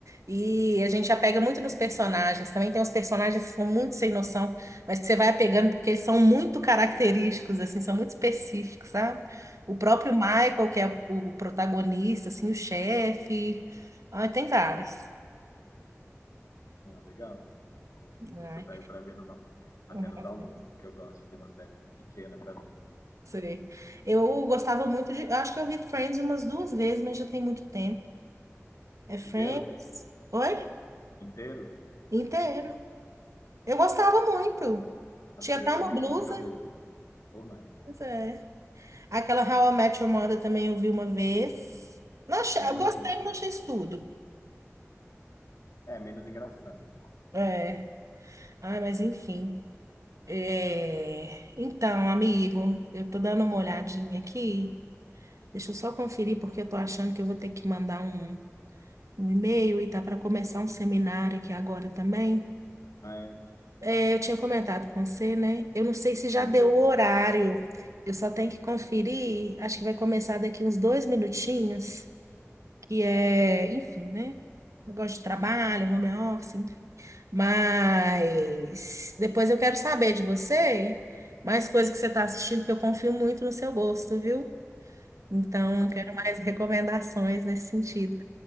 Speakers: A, on the right; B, on the left.
A: E a gente apega muito nos personagens. Também tem uns personagens que são muito sem noção, mas que você vai apegando porque eles são muito característicos, assim, são muito específicos, sabe? O próprio
B: Sei.
A: Michael, que é o protagonista, assim, o chefe. Ai, tem vários.
B: Ah, legal. Vou
A: Ai,
B: ver se eu pego para ver numa... apenas
A: uhum,
B: almoços, que eu gosto de ter uma série pequena para ver.
A: sei. Eu gostava muito de. Eu acho que eu vi Friends umas duas vezes, mas já tem muito tempo. É Friends?
B: Inteiro?
A: Oi?
B: Inteiro?
A: Inteiro. Eu gostava muito.
B: Acho
A: Tinha
B: que eu
A: até
B: devo estar
A: uma
B: na quinta
A: blusa.
B: vez. Ou mais.
A: Pois é. Aquela How I Met Your Mother também eu vi uma vez. Não achei,
B: Me vi
A: eu gostei,
B: uma vez.
A: mas não achei isso tudo.
B: É, menos engraçado. né?
A: É. Ai, mas enfim. É, Então, amigo, eu tô dando uma
B: Hum.
A: olhadinha aqui. Deixa eu só conferir, porque eu tô achando que eu vou ter que mandar um, um e-mail e tá para começar um seminário aqui agora também.
B: Ah, é?
A: É, eu tinha comentado com você, né? Eu não sei se já
B: Sim,
A: deu o horário. Eu só tenho que conferir. Acho que vai começar daqui uns dois minutinhos. que é, enfim, né? Negócio de trabalho, home office, enfim. Mas depois eu quero saber de você mais coisas que você está assistindo, que eu confio muito no seu gosto, viu? Então,
B: tá bom.
A: quero mais recomendações nesse sentido.